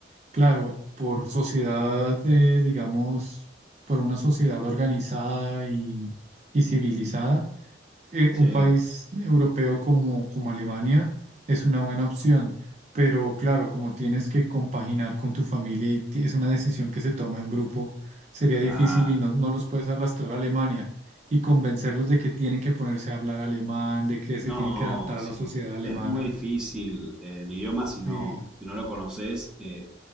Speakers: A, on the right (about 35°); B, in the centre.
A: Claro, por sociedad, eh, digamos, por una sociedad organizada y, y civilizada, eh,
B: Sí,
A: un país europeo como, como Alemania es una buena opción, pero claro, como tienes que compaginar con tu familia y ti- es una decisión que se toma en grupo, sería
B: claro.
A: difícil y no, no los puedes arrastrar a Alemania y convencerlos de que tienen que ponerse a hablar alemán, de que
B: No,
A: se tienen que adaptar
B: sí,
A: a la sociedad alemana.
B: es muy difícil eh, el idioma si
A: Sí.
B: no, si no lo conoces. eh,